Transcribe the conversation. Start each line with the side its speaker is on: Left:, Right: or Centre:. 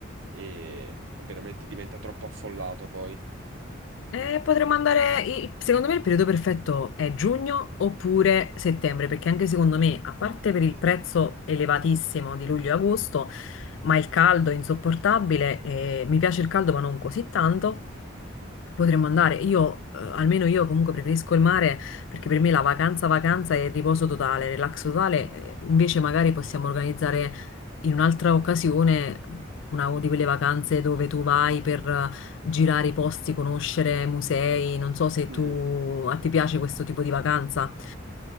Right: e e veramente diventa troppo affollato poi.
Left: Eh, potremmo andare, il- secondo me il periodo perfetto è giugno oppure settembre, perché anche secondo me, a parte per il prezzo elevatissimo di luglio e agosto, ma il caldo è insopportabile, eh, mi piace il caldo ma non così tanto. Potremmo andare, io, eh, almeno io comunque preferisco il mare perché per me la vacanza, vacanza è riposo totale, relax totale, eh, invece magari possiamo organizzare in un'altra occasione una di quelle vacanze dove tu vai per eh, girare i posti, conoscere musei, non so se
Right: Mm.
Left: tu, a te piace questo tipo di vacanza,